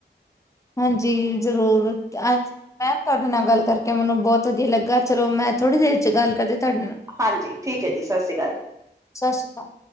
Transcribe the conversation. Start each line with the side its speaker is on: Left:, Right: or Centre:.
Left: ਹਾਂਜੀ, ਜ਼ਰੂਰ ਹਾਂਜੀ ਮੈਮ ਤੁਹਾਡੇ ਨਾਲ ਗੱਲ ਕਰਕੇ ਮੈਨੂੰ ਬਹੁਤ ਵਧੀਆ ਲੱਗਾ ਚਲੋ ਮੈਂ ਥੋੜ੍ਹੀ ਦੇਰ ਚ ਗੱਲ ਕਰਦੀ ਤੁਹਾਡੇ ਨਾਲ
Right: ਹਾਂਜੀ ਠੀਕ ਹੈ ਜੀ ਸਤਿ ਸ਼੍ਰੀ ਅਕਾਲ।
Left: ਸਤਿ ਸ਼੍ਰੀ ਅਕਾਲ